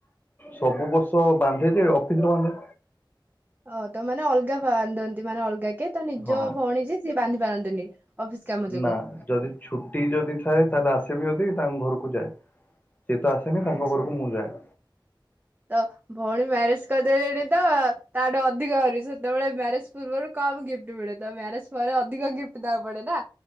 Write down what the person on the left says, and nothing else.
ସବୁ ବର୍ଷ ବାନ୍ଧେ ଯେ ଅଫିସରେ ବାନ୍ଧେ।
ହଁ।
ନା ଯଦି ଛୁଟି ଯଦି ଥାଏ ତାହେଲେ ଆସିବି ତାଙ୍କ ଘରକୁ ଯାଏ। ସିଏ ତ ଆସେନି
ତାଙ୍କ ଘରକୁ ମୁଁ ଯାଏ।